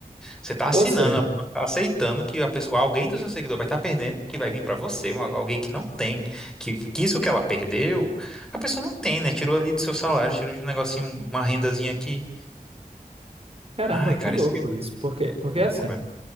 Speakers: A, in the centre; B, on the right.
A: você tá assinando,
B: Ou seja.
A: aceitando que a pessoa, alguém do seu seguidor vai estar perdendo, que vai vir para você, uma- alguém que não tem, que, que isso que ela perdeu, a pessoa não tem, né? Tirou ali do seu salário, tirou de um negocinho, uma rendazinha aqui.
B: Caramba,
A: Ai,
B: que
A: cara,
B: louco
A: isso que é
B: isso. Porque, porque
A: louco,
B: assim,
A: velho.